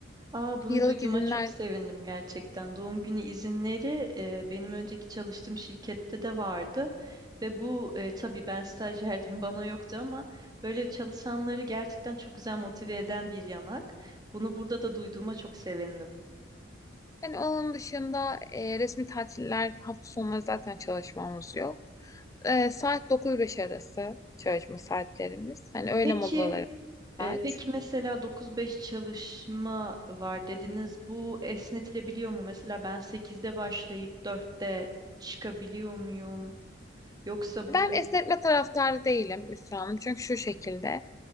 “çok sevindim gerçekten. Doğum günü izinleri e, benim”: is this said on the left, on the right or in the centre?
Right